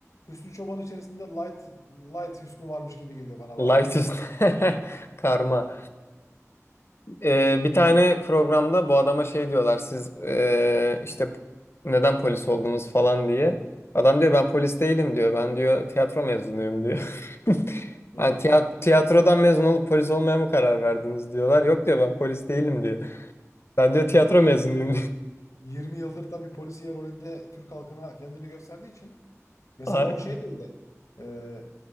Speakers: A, on the left (about 70°); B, on the left (about 50°).
A: Hüsnü Çoban içerisinde light light Hüsnü varmış gibi geliyor bana bazen.
B: Light Hüsnü. <laughs> Karma.
A: Yani
B: Ee, bir tane programda bu adama şey diyorlar siz ee, işte p- neden polis oldunuz falan diye. Adam diyor ben polis değilim diyor. Ben diyor tiyatro mezunuyum diyor. <laughs> Ha,
A: doğru.
B: tiya- tiyatrodan mezun olup polis olmaya mı karar verdiniz diyorlar. Yok diyor ben polis değilim diyor. Ben diyor
A: <laughs>
B: tiyatro
A: Adam
B: mezunuyum diyor. <laughs>
A: 20 yıldır tabii polisiye rolünde Türk halkına kendini gösterdiği için. Mesela
B: Ay,
A: o şey de öyle. Ee,